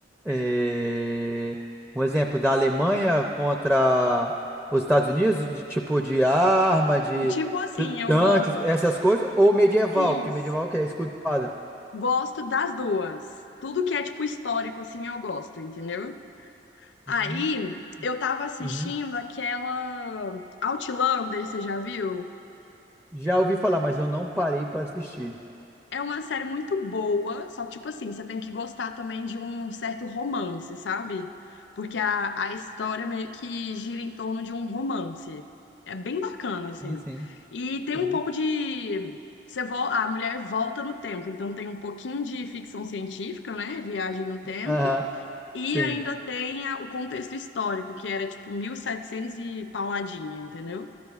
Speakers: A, in the centre; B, on the left.
A: eh, Um exemplo, da Alemanha contra os Estados Unidos, de tipo de arma, de
B: tipo assim,
A: t-
B: eu
A: tanques,
B: gosto,
A: essas coisas, ou medieval,
B: isso,
A: porque medieval o que é escudo e espada.
B: gosto das duas. Tudo que é, tipo, histórico, assim, eu gosto, entendeu? Aí
A: Uhum.
B: eu tava assistindo
A: Uhum.
B: aquela Outlander, você já viu?
A: Já ouvi falar, mas eu não parei pra assistir.
B: É uma série muito boa, só que, tipo assim, você tem que gostar também de um certo romance, sabe? Porque a, a história meio que gira em torno de um romance. É bem bacana, assim.
A: Sim, sim.
B: E tem
A: Sim.
B: um pouco de. Você vo... A mulher volta no tempo, então tem um pouquinho de ficção científica, né? Viagem no tempo.
A: Aham.
B: E
A: Sim.
B: ainda tem a- o contexto histórico, que era tipo 1700 e pauladinha, entendeu?